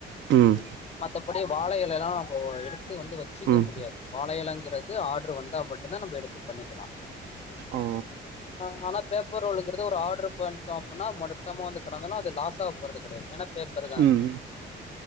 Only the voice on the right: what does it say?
ம்
ம்
ஓ
ம் ம்.